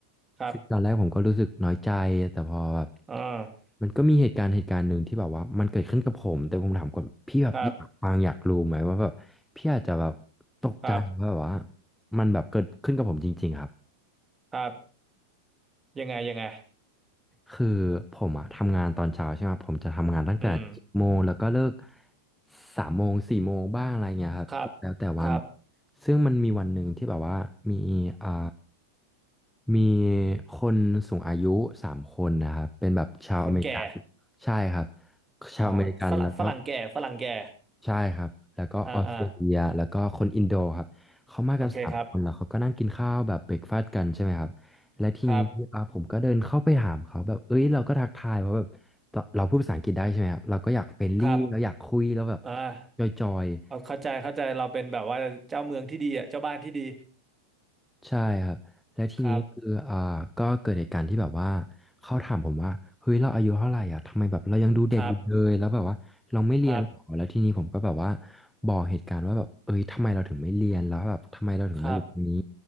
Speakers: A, on the right (about 15°); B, in the centre.
A: ครับ
B: ซึ่งตอนแรกผมก็รู้สึกน้อยใจแต่พอแบบ
A: อ่า
B: มันก็มีเหตุการณ์เหตุการณ์หนึ่งที่แบบว่ามันเกิดขึ้นกับผมแต่ผมถามก่อนพี่แบบอยากฟังอยากรู้ไหมว่าแบบพี่อาจจะแบบตกใจว่าแบบว่า
A: ครับครับ
B: มันแบบเกิดขึ้นกับผมจริงๆครับ
A: ครับยังไงยังไง
B: คือผมอะทำงานตอนเช้าใช่ไหมผมจะทำงานตั้งแต่เจ็ดโมงแล้วก็เลิก
A: อืม
B: สามโมงสี่โมงบ้างอะไรเงี้ยครับก็แล้วแต่วัน
A: ครับครับ
B: ซึ่งมันมีวันหนึ่งที่แบบว่ามีอ่ามีคนสูงอายุสามคนนะครับเป็นแบบชาวอเมริกัน
A: คนแก่
B: ใช่ครับชาวอเมริกันแล้วก็
A: อ๋อฝรั่งฝรั่งแก่ฝรั่งแก่
B: ใช่ครับ แล้วก็ออสเตรเลียแล้วก็คนอินโดครับ
A: อ่าอ่า
B: เขามากันสามคน
A: โอเคครับ
B: แล้วเขาก็นั่งกินข้าวแบบเบรกฟาสต์กันใช่ไหมครับ และทีนี้อ่าผมก็เดินเข้าไปถามเขาแบบเอ้ยเราก็ทักทายเพราะแบบ
A: ครับ
B: เราพูดภาษาอังกฤษได้ใช่ไหมครับ เราก็อยากเฟรนลี่เราอยากคุยแล้วแบบ
A: ครับอ่า
B: จอยๆ
A: เอาเข้าใจเข้าใจเราเป็นแบบว่าเจ้าเมืองที่ดีอ่ะเจ้าบ้านที่ดี
B: ใช่ครับแล้วทีนี้คืออ่าก็เกิดเหตุการณ์ที่แบบว่า
A: ครับ
B: เขาถามผมว่าเฮ้ยเราอายุเท่าไหร่อ่ะทำไมแบบเรายังดูเด็กอยู่เลยแล้วแบบว่าเราไม่เรียนหรอแล้วทีนี้ผมก็แบบว่า
A: ครับ ครับ
B: บอกเหตุการณ์ว่าแบบเอ้ยทำไมเราถึงไม่เรียนแล้วแบบทำไมเราถึงมาอยู่ตรงนี้
A: ครับ